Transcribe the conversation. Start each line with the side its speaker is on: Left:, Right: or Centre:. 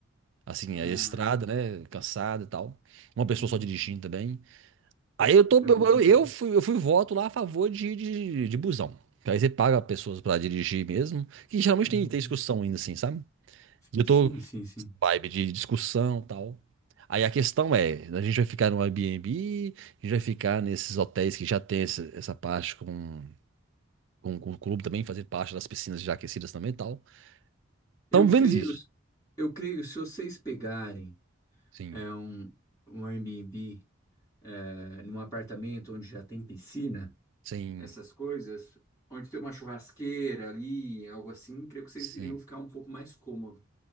Right: Assim,
Left: Ah,
Right: a estrada, né? Cansado e tal. Uma pessoa
Left: uhum.
Right: só dirigindo também. Aí eu tô.
Left: É
Right: Eu,
Left: complicado.
Right: eu fui, eu fui voto lá a favor de, de, de busão. Que Aí você paga pessoas pra dirigir mesmo. Que geralmente
Left: Uhum.
Right: tem, tem discussão ainda, assim, sabe? E eu
Left: Sim,
Right: tô
Left: sim, sim.
Right: vibe de discussão e tal. Aí a questão é, a gente vai ficar no Airbnb, a gente vai ficar nesses hotéis que já tem essa, essa parte com, com, com o clube também, fazer parte das piscinas já aquecidas também e tal. Estamos
Left: Eu
Right: vendo
Left: creio,
Right: isso.
Left: eu creio, se vocês pegarem
Right: Sim,
Left: é um, um Airbnb é, num apartamento onde já tem piscina,
Right: sim,
Left: essas coisas, onde tem uma churrasqueira ali, algo assim, creio que vocês
Right: sim.
Left: iriam ficar um pouco mais cômodo,